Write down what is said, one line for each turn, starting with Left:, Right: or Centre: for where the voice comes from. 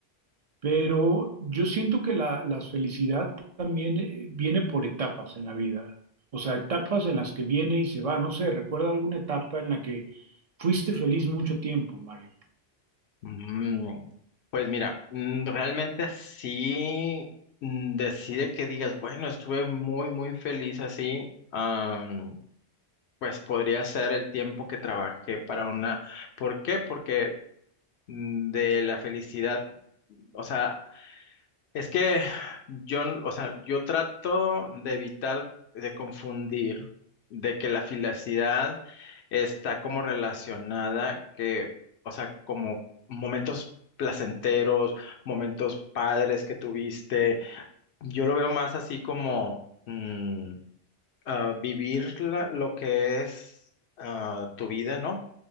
Right: pero yo siento que la, la felicidad también eh, viene por etapas en la vida, o sea, etapas en las que viene y se va, no sé, recuerda alguna etapa en la que fuiste feliz mucho tiempo, Mario.
Left: Mm, Pues mira, mm, realmente así mm, decide que digas, bueno, estuve muy, muy feliz así. am, pues podría ser el tiempo que trabajé para una. ¿Por qué? Porque mm, de la felicidad, o sea, Es que yo, n- o sea, yo trato de evitar de confundir de que la filacidad está como relacionada que, o sea, como momentos placenteros, momentos padres que tuviste. Yo lo veo más así como mm, ah, vivir la- lo que es ah, tu vida, ¿no?